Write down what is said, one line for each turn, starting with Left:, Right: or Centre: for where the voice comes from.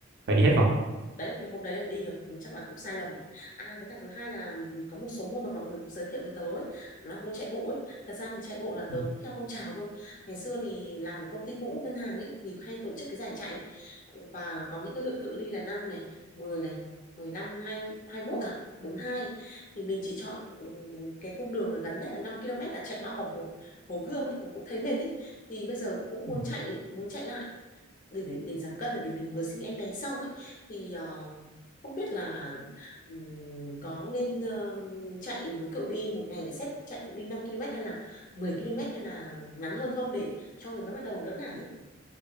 Right: phải đi hết vòng
Left: đấy cái hôm đấy đi là cũng- chắc là cũng sai lầm à với cả thứ hai là có một số môn mà mọi người cũng giới thiệu với tớ ấy, là môn chạy bộ ấy thật ra thì chạy bộ là tớ
Right: Ừ.
Left: cũng theo phong trào thôi ngày xưa thì làm ở công ty cũ ngân hàng ấy thì hay tổ chức cái giải chạy và có những cái lượng cự ly là năm này 10 này 15 hai hai mốt à bốn hai thì mình chỉ chọn ừ, cái cung đường là gần nhất là 5 km là chạy bao vòng hồ, hồ Gươm ấy mà cũng thấy mệt ấy thì bây giờ cũng muốn
Right: ừ.
Left: chạy muốn chạy lại để để, để giảm cân bởi vì mình vừa sinh em bé xong ấy thì ờ, không biết là ừm, có nên ờ, chạy với cự ly một ngày phải xét chạy cự ly 5 km hay là 10 km hay là ngắn hơn không để cho người mới bắt đầu đỡ nản ấy